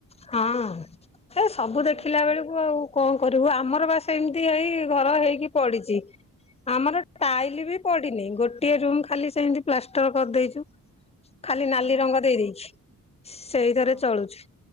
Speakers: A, on the left (about 20°); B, on the right (about 85°).
A: ହଁ ଏସବୁ
B: ଏଇ
A: ଦେଖିଲା ବେଳକୁ ଆଉ କଣ କରିବୁ ଆମର ବାସ ସେମିତି ଏଇ ଘର ହେଇକି ପଡିଛି ଆମର ଟାଇଲିବି ପଡିନି ଗୋଟିଏ ରୁମ ଖାଲି ସେମିତି ପ୍ଲାଷ୍ଟର କରିଦେଇଚୁ ଖାଲି ନାଲି
B: ହଁ
A: ରଙ୍ଗ ଦେଇ ଦେଇଛି ସେଇଟାରେ
B: ହଁ
A: ଚଳୁଛୁ।